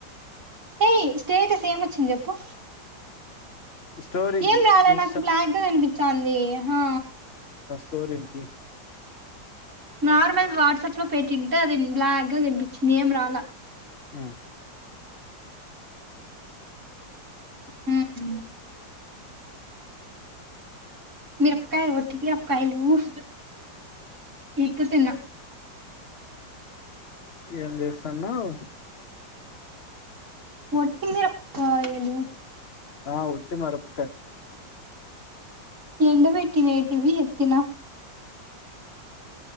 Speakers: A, on the right; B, on the left.
A: ఏ స్టేటస్ ఏం వచ్చింది చెప్పు
B: స్టోరీకి
A: ఏం రాలే
B: ఇన్స్టా
A: నాకు బ్లాక్ గా కనిపించంది ఆ
B: స్టోరీ కి
A: నార్మల్ వాట్సాప్ లో పెట్టింటే అది బ్లాక్ గా కనిపించింది ఏం రాలా
B: హు
A: మ్మ్ మిరపకాయలు <unintelligible> మిరపకాయలు <unintelligible> తిన్న
B: ఏం చేస్తావ్
A: ఓటి మిరపకాయలు
B: ఆ ఉటి మీరప్
A: ఎండ పెట్టినే ఇవి ఎత్తనా